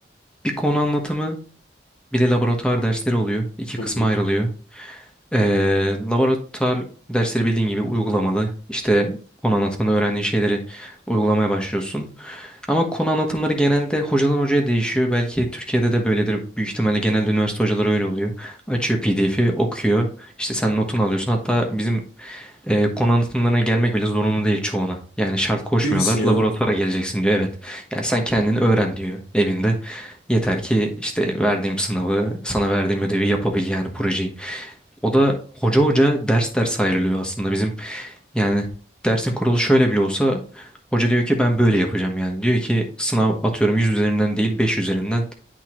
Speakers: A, in the centre; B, on the left (about 55°).
A: bir konu anlatımı bir de laboratuvar dersleri oluyor. İki
B: Hı
A: kısma
B: hı.
A: ayrılıyor. Ee, laboratuvar dersleri bildiğin gibi uygulamalı. İşte konu anlatımında öğrendiğin şeyleri uygulamaya başlıyorsun. Ama konu anlatımları genelde hocadan hocaya değişiyor. Belki Türkiye'de de böyledir. Büyük ihtimalle genelde üniversite hocaları öyle oluyor. Açıyor PDF'i, okuyor. İşte sen notunu alıyorsun. Hatta bizim E, konu anlatımlarına gelmek bile zorunlu değil çoğuna. Yani şart koşmuyorlar.
B: Değil misin ya?
A: Laboratuvara geleceksin diyor. Evet. Yani sen kendini öğren diyor evinde. Yeter ki işte verdiğim sınavı, sana verdiğim ödevi yapabil yani projeyi. O da hoca hoca ders ders ayrılıyor aslında bizim. Yani dersin kurulu şöyle bile olsa hoca diyor ki ben böyle yapacağım yani. Diyor ki sınav atıyorum 100 üzerinden değil 5 üzerinden